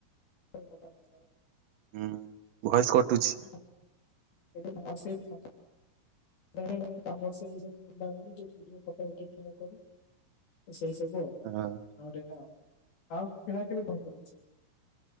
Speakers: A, on the left; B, on the right.
A: <unintelligible>
B: ହୁଁ ଭଏସ କଟୁଛି
A: <unintelligible> ମୋର ସେଇ <unintelligible> ତମର <unintelligible> ସେଇ ବୁଲାବୁଲି ଟିକେ ଭିଡିଓ ଫଟୋ ଏଡିଂ କରୁ ସେଇ ସବୁ ଆଉ
B: ହଁ।
A: କରିନୁ ଆଉ ଖେଳାଖେଳି କଣ କରନ୍ତି।